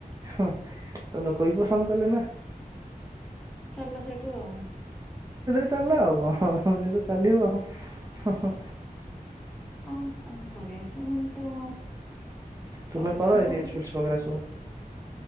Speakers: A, on the right (about 20°); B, in the centre.
A: ହଁ ତ ଲ କହି ପସନ୍ଦ କଲେ ନା
B: ଚାଲିଲ ସେଠୁ ଆଉ
A: ଚାଲେ ଆବ କଁ ହଁ ସେ ତ ଚାଲିବ
B: ହୁଁ।
A: ହଁ ହଁ
B: ଆଉ କଣ କରିବାଆ ସେମାନେ ତ
A: ତୁମେ
B: ଚଲେଇଛନ୍ତି
A: କର
B: ତାଙ୍କର।
A: ରିିଲ୍ସ ଫିିଲ୍ସ ବେରା ସବୁ